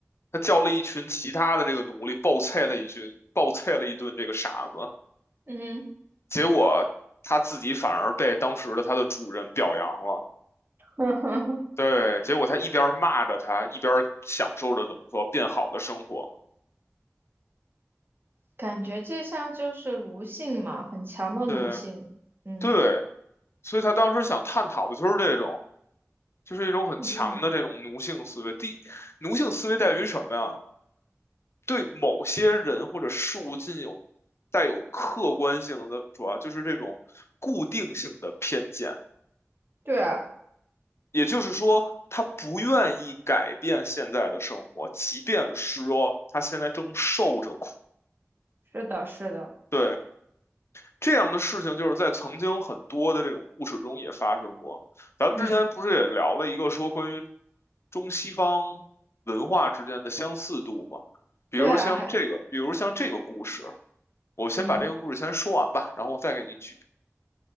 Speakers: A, on the left; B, on the right.
A: 他叫了一群其他的这个奴隶暴菜了一群，暴菜了一顿这个傻子。
B: 嗯，
A: 结果他自己反而被当时的他的主人表扬了。
B: <laughs>
A: 对，结果他一边骂着他，一边享受着怎么说变好的生活。
B: 感觉这像就是奴性嘛，很强的奴性。
A: 对
B: 嗯，
A: 对，所以他当时想探讨的就是这种。就是一种很强的这种奴性思维。
B: 嗯，
A: 第，奴性思维在于什么呀？对某些人或者事物进有带有客观性的，怎么说啊？就是这种固定性的偏见。
B: 对啊，
A: 也就是说，他不愿意改变现在的生活，即便是说他现在正受着苦。
B: 是的，是的，
A: 对。这样的事情就是在曾经很多的这种故事中也发生过。咱们之前不是也聊了一个说关于
B: 嗯，
A: 中西方文化之间的相似度吗？比如像这个，
B: 对啊，还
A: 比如像这个故事，我先把这个故事先说完吧，
B: 嗯
A: 然后我再给你举。